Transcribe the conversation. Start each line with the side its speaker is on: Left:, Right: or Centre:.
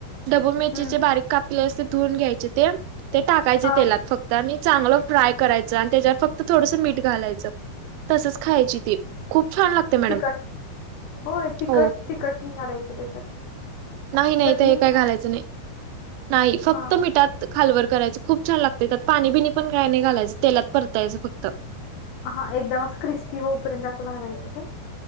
Right: धबू मिरचीचे
Left: हम्म
Right: बारीक कापले असते धुवून घ्यायचे ते ते टाकायचे
Left: हा
Right: तेलात फक्त. आणि चांगलं फ्राय करायचं आणि त्याच्यावर फक्त थोडसं मीठ घालायचं तसंच खायची ती खूप छान लागते मॅडम
Left: तिकट होय तिकट
Right: हो
Left: तिकट नाही घायचं त्याच्यात
Right: नाही नाही
Left: चटणी
Right: ते हे काही
Left: टाकायची
Right: घालायचं नाही नाही फक्त
Left: हा
Right: मिठात खालवर करायचं खूप छान लागते त्यात पाणी बिनी पण काही नाही घालायचं तेलात परतायचं फक्त
Left: हा एकदम असं क्रिस्पी होऊपर्यंत असं भागायचं काय